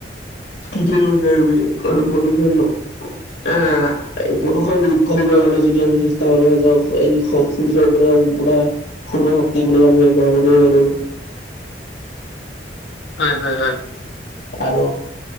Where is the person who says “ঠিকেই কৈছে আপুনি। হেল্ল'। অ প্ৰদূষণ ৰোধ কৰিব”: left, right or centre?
Left